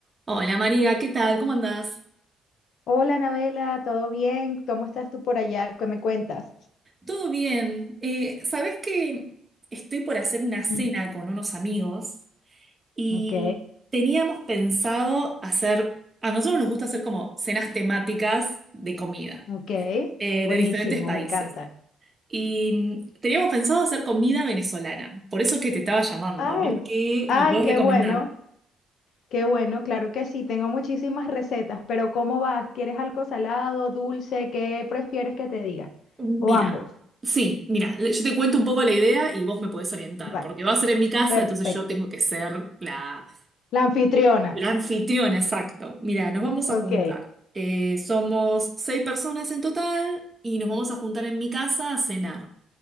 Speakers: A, on the right; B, on the left.
A: Hola María, ¿qué tal? ¿Cómo andás?
B: Hola, Anabela, ¿todo bien? ¿Cómo estás tú por allá? ¿Qué me cuentas?
A: Todo bien. Eh, ¿sabés que estoy por hacer una cena
B: Ujú.
A: con unos amigos y
B: Ok,
A: teníamos pensado hacer, a nosotros nos gusta hacer como cenas temáticas de comida
B: ok,
A: eh,
B: buenísimo,
A: de diferentes países.
B: me encanta.
A: Y mm, teníamos pensado hacer comida venezolana, por eso es que te estaba llamando,
B: Ay,
A: a ver qué
B: ay,
A: me puedes
B: qué
A: recomendar.
B: bueno, qué bueno, claro que sí, tengo muchísimas recetas, pero ¿cómo vas? ¿Quieres algo salado, dulce? ¿Qué prefieres que te diga?
A: Mira,
B: O ambos.
A: sí, mira, le- yo te cuento un poco la idea y vos me podés orientar,
B: Vale,
A: porque va a ser en mi casa,
B: perfecto.
A: entonces yo tengo que ser la,
B: La anfitriona.
A: La anfitriona, exacto. Mira, nos vamos
B: Ok,
A: a juntar. Eh, somos seis personas en total y nos vamos a juntar en mi casa a cenar.